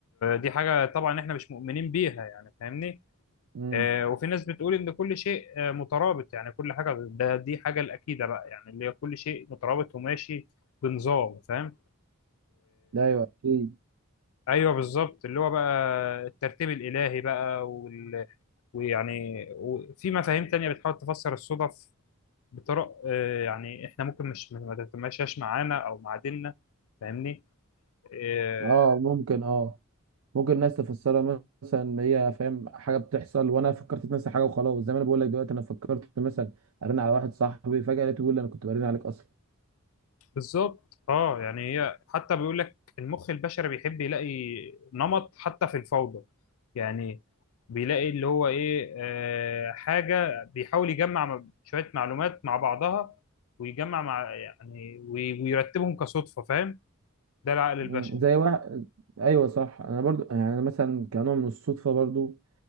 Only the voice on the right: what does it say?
امم
ده ايوه اكيد
اه ممكن اه ممكن الناس تفسرها مثلا ان هي فاهم حاجه بتحصل وانا فكرت في نفس الحاجه وخلاص زي ما انا بقول لك دلوقتي انا فكرت مثلا ارن على واحد صاحبي فجاه لقيته بيقول لي انا كنت برن عليك اصلا
مم.
زي واحد ايوه صح انا برضو يعني أنا مثلا كنوع من الصدفه برضو